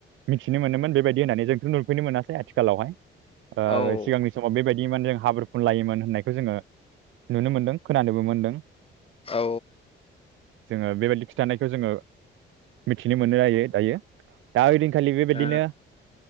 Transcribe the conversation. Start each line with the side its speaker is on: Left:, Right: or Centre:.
Right: मिथिनो मोनोमोन बेबायदि होननानै जोंथ' नुफैनो मोनासै आथिखालावहाय ओ
Left: औ
Right: सिगांनि समाव बेबायदि माने जों हाब्रु फुनलायोमोन होननायखौ जोङो नुनो मोनदों खोनानोबो मोनदों
Left: औ
Right: जोङो बेबायदि खिन्थानायखौ जोङो मिथिनो मोनो जायो दायो दा ओदि आथि खालि बेबायदिनो
Left: औ